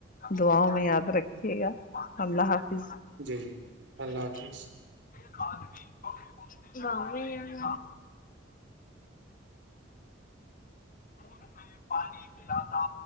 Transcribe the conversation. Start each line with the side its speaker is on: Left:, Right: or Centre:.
Left: دعاؤ میں یاد رکھیے گا اللہ حافظ
Right: جی جی اللہ
Left: ج
Right: حافظ
Left: گا میں دودھ میں پانی ملاتا